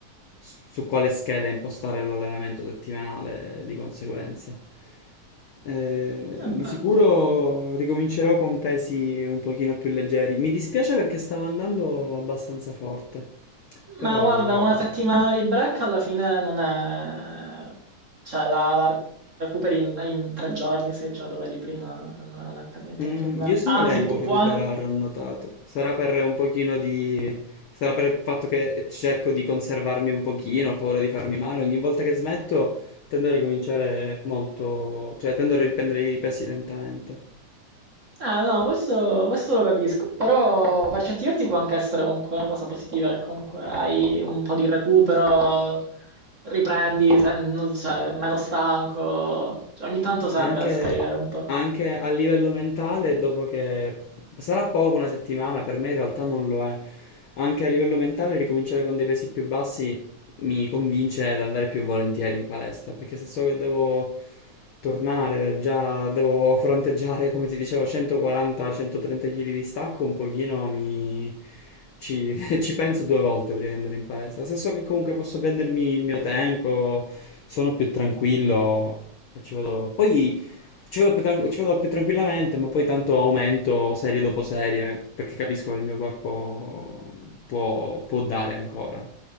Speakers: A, on the left; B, on the right.
A: s- su quale scheda impostare l'allenamento settimanale di conseguenza. Eh,
B: vabbè.
A: di sicuro ricomincerò con pesi un pochino più leggeri. Mi dispiace perché stavo andando abbastanza forte, però
B: Ma guarda, una settimana di break alla fine non è... cioè la, la recuperi in, in tre giorni, sei già dove eri prima, secondo me non è per niente
A: Mm,
B: un problema.
A: io sono
B: Anzi,
A: lento
B: pu-
A: a recuperare,
B: può, anche...
A: ho notato. Sarà per un pochino di... Sarà per il fatto che cerco di conservarmi un pochino, ho paura di farmi male. Ogni volta che smetto tendo a ricominciare molto... Cioè, tendo a riprendere i pesi lentamente.
B: Ah no, questo, questo lo capisco, però per certi versi può anche essere comunque una cosa positiva, che comunque hai un po' di recupero, riprendi, se- non- cioè, meno stanco, Cioè, ogni tanto serve
A: Anche,
B: scaricare un po'.
A: anche a livello mentale, dopo che sarà poco una settimana, per me in realtà non lo è. Anche a livello mentale, ricominciare con dei pesi più bassi mi convince ad andare più volentieri in palestra, perché se so che devo tornare, già devo fronteggiare, come ti dicevo, 140-130 kg di stacco, un pochino mi... Ci, <laughs> ci penso due volte prima di andare in palestra. Se so che comunque posso prendermi il mio tempo, sono più tranquillo, e ci vado. Poi ci vado più, tran- ci vado più tranquillamente, ma poi tanto aumento serie dopo serie perché capisco che il mio corpo può, può dare ancora,